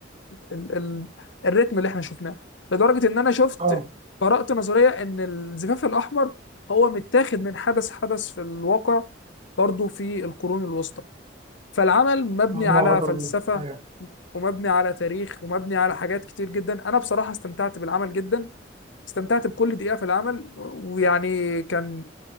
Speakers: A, on the left; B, on the right.
A: ال ال الريتم اللي احنا شفناه لدرجة إن أنا شفت
B: اه
A: قرأت نظرية إن الزفاف الأحمر هو متاخد من حدث حدث في الواقع برضو في القرون الوسطى فالعمل مبني
B: هم
A: على
B: غدروا
A: فلسفة
B: بيه ايوه
A: ومبني على تاريخ ومبني على حاجات كتير جدا انا بصراحة استمتعت بالعمل جدا استمتعت بكل دقيقة في العمل ويعني كان